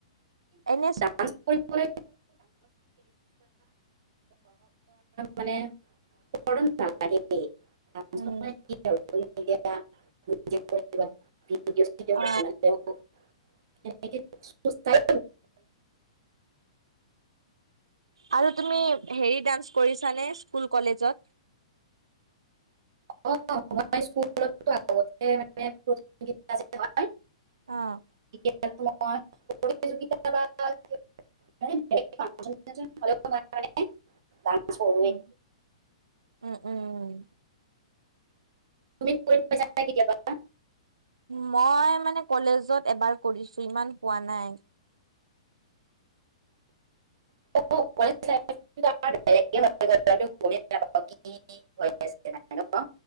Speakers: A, on the right; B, on the right.
A: এনেচ
B: <unintelligible> <unintelligible> বা দৰ্শকৰ মানে <unintelligible> <unintelligible>
A: উম
B: <unintelligible>
A: অ আৰু তুমি হেৰি ডান্স কৰিছা নে স্কুল কলেজত?
B: অ'মই স্কুলতো আগতে মানে <unintelligible> যে হয়
A: অ',
B: <unintelligible> <unintelligible>
A: উম, উম, উম, উম।
B: তুমি কৰি <unintelligible> কেতিয়াবা?
A: মই মানে কলেজত এবাৰ কৰিছো, ইমান পোৱা নাই।
B: <unintelligible> <unintelligible> মানে ন